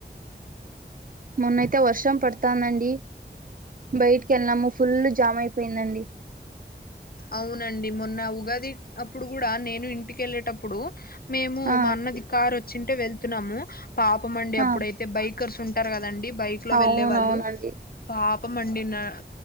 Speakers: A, on the right; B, on the left.
A: మొన్నైతే వర్షం పడుతోందండి, బయటికి వెళ్ళాము ఫుల్లు జామ్ అయిపోయిందండి.
B: అవునండి మొన్న ఉగాది అప్పుడు కూడా నేను ఇంటిక వెళ్ళేటప్పుడు మేము
A: ఆ
B: మా అన్నది కారు వచ్చింటే వెళ్తున్నాము పాపం అండి
A: ఆ
B: అప్పుడైతే బైక్ ర్స్ ఉంటారు కదండి బైక్ లో
A: అవునవునండి
B: వెళ్ళలే వాళ్ళు పాప్ అప్పమండి నా